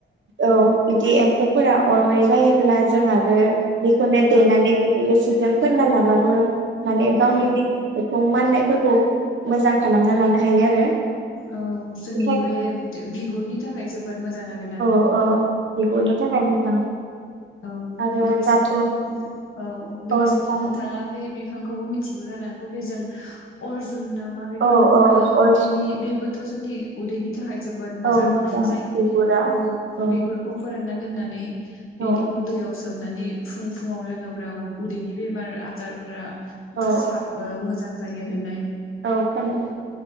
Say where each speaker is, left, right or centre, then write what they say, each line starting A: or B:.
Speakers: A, on the right (about 65°); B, on the left (about 75°).
A: औ बिदि <unintelligible> <unintelligible> अरबाय बायोब्ला जों आरो बेखौनो देनानै
B: औ
A: बिनि रोसिसोजों फोनना लाबाबो माने गावनि
B: औ
A: बेखौ माननायफोरखौ मोजां खालामना लानो हायो आरो।
B: औ, जोंनि
A: बेखायनो
B: बे बिगुरनि थाखाय जोबोद मोजां आरो।
A: औ औ बिगोरनि थाखाय मोजां।
B: औ
A: आरो
B: लोगोसेनो
A: दाथ'
B: औ लोगोसेनो
A: औ नोंथां
B: नोंथाङा बे <unintelligible> बिफांखौबो मिथिगौ जानांगौ बे जों अर्जुन ना मा बिफां
A: औ
B: बुङो?
A: औ अरजु
B: बेनि बेबो <unintelligible> जोंनि उदैनि थाखाय जोबोद मोजां।
A: औ
B: जायनि
A: बिगुरा
B: बिगुरखौ-
A: औ
B: बिगुरखौ फोरानना दोननानै
A: औ
B: बेनिखौ दैयाव सोमनानै फुं -फुुङाव लोङोब्ला उदैनि बेमार आजारफ्रा फोसाब
A: औ
B: अ मोजां जायो होननाय।
A: औ खोनादों